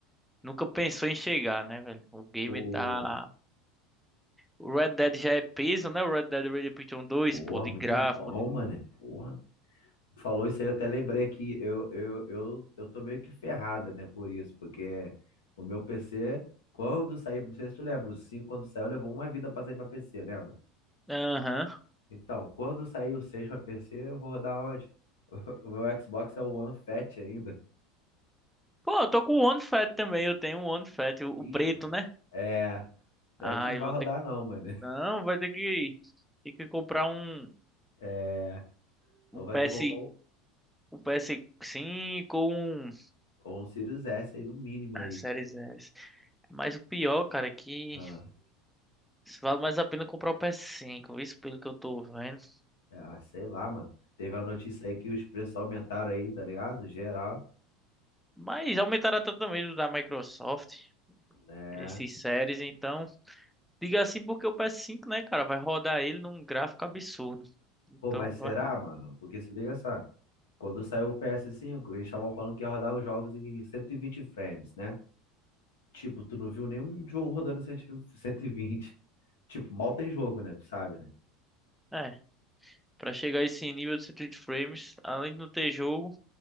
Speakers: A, in the centre; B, on the left (about 85°).
A: nunca pensou em chegar, né, velho? O game
B: Pô,
A: tá. O Red Dead já é peso, né? O Red Dead Redemption 2,
B: porra,
A: pô, de
B: muito
A: gráfico,
B: bom,
A: de
B: mano.
A: tudo.
B: Porra. Tu Falou isso aí, eu até lembrei que eu, eu, eu, eu tô meio que ferrado, né, por isso, porque o meu PC, quando saiu, não sei se tu lembra, o 5 quando saiu, levou uma vida pra sair pra PC, lembra?
A: Aham.
B: Então, quando sair o 6 pra PC, eu vou rodar onde? <laughs> O meu Xbox é o One Fat ainda.
A: Pô, eu tô com o One Fat também. Eu tenho um One Fat, o, o
B: Ih,
A: preto,
B: mano.
A: né?
B: É. Então
A: Ai,
B: a gente não vai
A: vou
B: rodar,
A: ter que.
B: não, mano.
A: Não, vai ter que. Ter que comprar um,
B: É. Ou
A: um PS,
B: vai ter que comprar um,
A: um ps cinco ou um.
B: ou um Sirius S aí, no mínimo
A: Ah,
B: aí.
A: Series S. Mas o pior, cara, é que
B: Ah,
A: vale mais a pena comprar o ps cinco, isso pelo que eu tô vendo.
B: é, ah, sei lá, mano. Teve a notícia aí que os preços aumentaram aí, tá ligado? Geral.
A: Mas aumentaram até também do da Microsoft,
B: É.
A: esses séries, então. Diga assim porque o ps cinco, né, cara, vai rodar ele num gráfico absurdo. Então
B: Pô, mas será,
A: vai.
B: mano? Porque se liga só. Quando saiu o ps cinco, eles estavam falando que ia rodar os jogos em 120 frames, né? Tipo, tu não viu nenhum jogo rodando em cento e- 120? Tipo, mal tem jogo, né? Tu sabe, né?
A: é, Pra chegar a esse nível de 120 frames, além de não ter jogo,